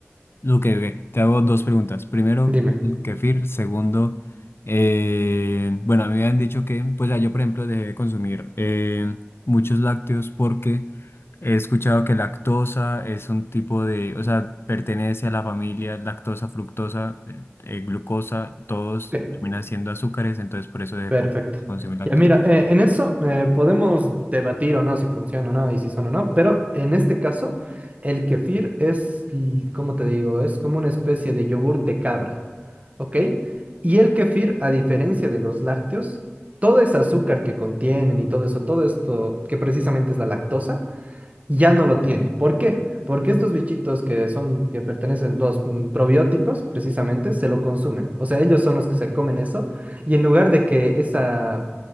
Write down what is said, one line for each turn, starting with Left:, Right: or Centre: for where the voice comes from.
Left: Ok, ok. Te hago dos preguntas. Primero,
Right: Dime.
Left: el kefir. Segundo, eh, bueno, a mí me han dicho que, pues ya yo, por ejemplo, dejé de consumir eh, muchos lácteos porque he escuchado que lactosa es un tipo de, o sea, pertenece a la familia lactosa, fructosa, eh, eh, glucosa, todos
Right: Sí.
Left: terminan siendo azúcares, entonces por eso dejé
Right: Perfecto.
Left: de consumir lactosa.
Right: Ya mira, eh, en eso eh, podemos debatir o no si funciona o no y si son o no, pero en este caso el kefir es, l- ¿cómo te digo? Es como una especie de yogur de cabra. ¿ok? Y el kefir, a diferencia de los lácteos, todo ese azúcar que contienen y todo eso, todo esto que precisamente es la lactosa, ya no lo tiene. ¿Por qué? Porque estos bichitos que son, que pertenecen los mm, probióticos, precisamente, se lo consumen. O sea, ellos son los que se comen eso. Y en lugar de que esa,